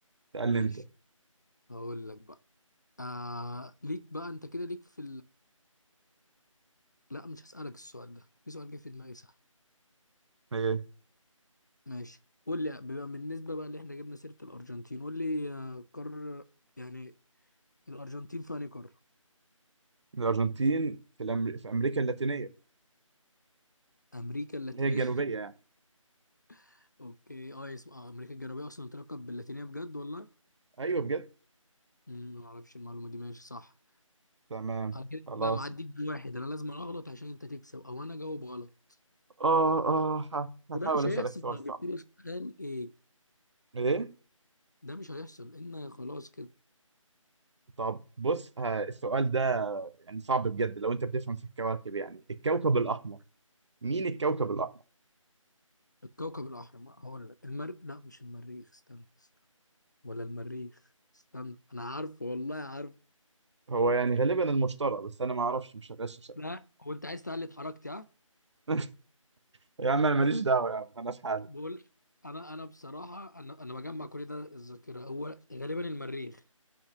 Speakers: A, on the right (about 55°); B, on the left (about 35°).
A: تقل
B: ماشي
A: انت
B: هقول لك بقى آه ليك بقى أنت كده ليك في لا مش هسألك السؤال ده في سؤال جه في دماغي صح
A: ايه
B: ماشي قول لي بما بالنسبة بقى اللي احنا جبنا سيرة الأرجنتين قول لي آه، قارة يعني الأرجنتين في أنهي قارة؟
A: الارجنتين في الأمر... في امريكا اللاتينيه
B: أمريكا اللاتينية
A: اللي هي الجنوبيه يعني
B: <laughs> أوكي أه اسم آه، أمريكا الجنوبية أصلا تلقب باللاتينية بجد والله؟
A: ايوه بجد
B: أمم، ما أعرفش المعلومة دي ماشي صح
A: تمام
B: أنا كده
A: خلاص
B: كده معديك بواحد أنا لازم أغلط عشان أنت تكسب أو أنا أجاوب غلط
A: اه اه ه- هحاول
B: وده مش
A: اسالك
B: هيحصل
A: سؤال
B: لو
A: صعب
B: جبت لي سؤال إيه؟
A: ايه
B: ده مش هيحصل لأن خلاص كده
A: طب بص ه- السؤال ده يعني صعب بجد لو انت بتفهم في الكواكب يعني الكوكب الاحمر مين الكوكب الاحمر
B: الكوكب الأحمر هقول لك المر لا مش المريخ استنى استنى. ولا المريخ استنى انا عارفه والله عارف
A: هو يعني غالبا المشتري بس انا ما اعرفش مش هغششك
B: لا هو انت عايز تقلد حركتي ها
A: <laughs> يا عم انا ماليش دعوه يا عم انا في حالي
B: بقول انا انا بصراحه انا انا بجمع كل ده الذاكره هو غالبا المريخ